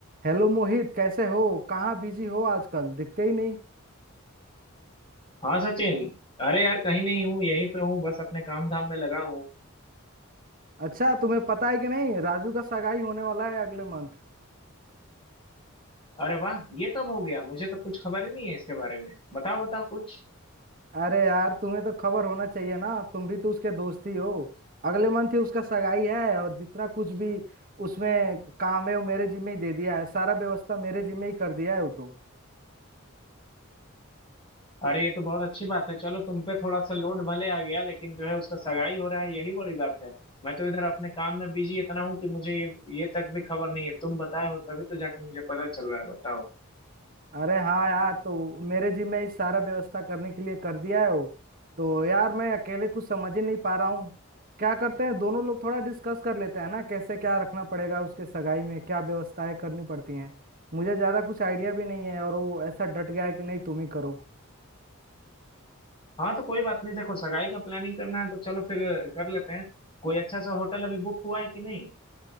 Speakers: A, on the right (about 40°); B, on the left (about 25°).
A: Hello Mohit कैसे हो कहाँ बिजी हो आजकल दिखते ही नहीं
B: हाँ सचिन अरे यार कहीं नहीं हूँ यहीं पे हूँ बस अपने काम धाम में लगा हूँ
A: अच्छा तुम्हें पता है कि नहीं राजू का सगाई होने वाला है अगले मंथ
B: अरे वाह ये कब हो गया मुझे तो कुछ खबर ही नहीं है इसके बारे में बताओ बताओ कुछ
A: अरे यार तुम्हें तो खबर होना चाहिए ना तुम भी तो उसके दोस्त ही हो अगले मंथ ही उसका सगाई है और जितना कुछ भी उसमें काम है वो मेरे जिम्मे ही दे दिया है सारा व्यवस्था मेरे जिम्मे ही कर दिया है वो तो
B: अरे ये तो बहुत अच्छी बात है चलो तुम पे थोड़ा सा लोड भले आ गया लेकिन जो है उसका सगाई हो रहा है यही बड़ी बात है मैं तो इधर अपने काम में बिजी इतना हूँ कि मुझे ये ये तक भी खबर नहीं है तुम बताए हो तभी तो जाके मुझे पता चल रहा है बताओ
A: अरे हाँ यार तो मेरे जी में ही सारा व्यवस्था करने के लिए कर दिया है वो तो यार मैं अकेले कुछ समझ ही नहीं पा रहा हूँ क्या करते हैं दोनों लोग थोड़ा डिस्कस कर लेते हैं ना कैसे क्या रखना पड़ेगा उसके सगाई में क्या व्यवस्थाएं करनी पड़ती हैं मुझे ज्यादा कुछ आइडिया भी नहीं है और वो ऐसा डट गया है कि नहीं तुम ही करो
B: हाँ तो कोई बात नहीं देखो सगाई का प्लानिंग करना है तो चलो फिर कर लेते हैं कोई अच्छा सा होटल अभी बुक हुआ है कि नहीं